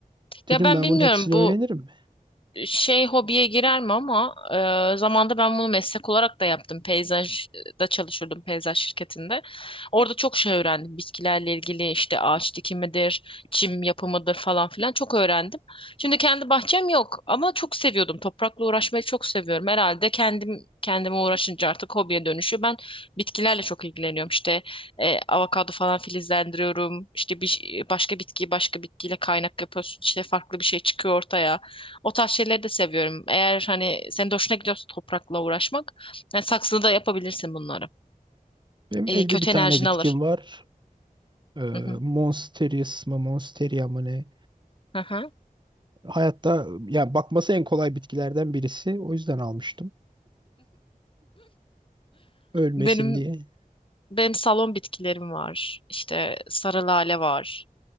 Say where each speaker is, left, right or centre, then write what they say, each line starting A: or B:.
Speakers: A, on the left (about 35°); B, on the right (about 30°).
A: Ya
B: Dedim
A: ben
B: ben
A: bilmiyorum
B: bunun hepsini
A: bu,
B: öğrenirim.
A: şey hobiye girer mi ama e, zamanda ben bunu meslek olarak da yaptım. Peyzajda çalışıyordum peyzaj şirketinde. Orada çok şey öğrendim. Bitkilerle ilgili işte ağaç dikimidir, çim yapımıdır falan filan çok öğrendim. Şimdi kendi bahçem yok ama çok seviyordum. Toprakla uğraşmayı çok seviyorum. Herhalde kendim kendime uğraşınca artık hobiye dönüşüyor. Ben bitkilerle çok ilgileniyorum. İşte e, avokado falan filizlendiriyorum. İşte bir başka bitkiyi başka bitkiyle kaynak yapıyorsun. İşte farklı bir şey çıkıyor ortaya. O tarz şeyleri de seviyorum. Eğer hani senin de hoşuna gidiyorsa toprakla uğraşmak, yani saksıda da yapabilirsin bunları.
B: Benim
A: Ee,
B: evde
A: kötü
B: bir tane
A: enerjini
B: bitkim
A: alır.
B: var. Ee,
A: Hı hı.
B: Monsteris mı, Monsteria mı ne?
A: Hı hı.
B: Hayatta yani bakması en kolay bitkilerden birisi. O yüzden almıştım. Ölmesin
A: Benim
B: diye.
A: benim salon bitkilerim var. İşte sarı lale var.